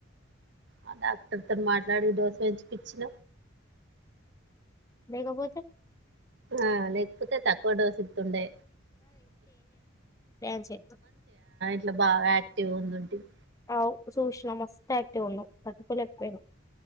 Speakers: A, on the right; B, on the left.
A: ఆ డాక్టర్తో మాట్లాడి దోశ వెంచిపచ్చిన
B: లేగపోతే
A: ఆ లేకపోతే తక్కువ డోస్తుండే
B: ప్రన్ చె
A: ఇట్లా బాగా యాక్టివ్గా ఉందింటంది
B: ఆ సూష్ణ మస్త యాక్టివ్ ఉండె తట్టుకోలేక పోయినా